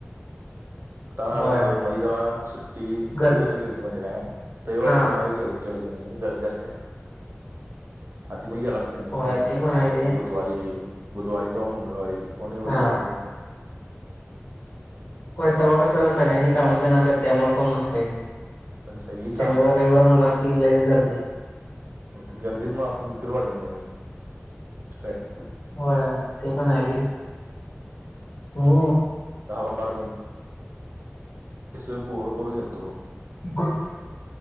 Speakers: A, on the right; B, on the left.
A: आता
B: होय
A: मधी जरा सुट्टी
B: गर्दी
A: मी कसं गेलतो माहितो काय? रविवार
B: हा
A: शनिवारी गेल गेल क नाही गर्दी असत्याय आधी मधी गेलास कनी
B: होय
A: कस
B: ते
A: अं
B: पण आहे की
A: बुधवारी बुधवारी किंवा मंगळवारी कोणी एवढ
B: हा
A: गर्दी नसत्या.
B: होय तेव्हा कसं सगळ्यांची काम ते असत्यात त्यामुळे कोण नसतय.
A: पण सगळी
B: शनिवार रविवार म्हणलास की लईच गर्दी.
A: ते गर्दीत मग आपण फिरू वाटत नाही मग. <unintelligible>
B: होय ते पण आहे घे हो.
A: अर्जंट? कस बोर बोर गेलतो.
B: <unintelligible>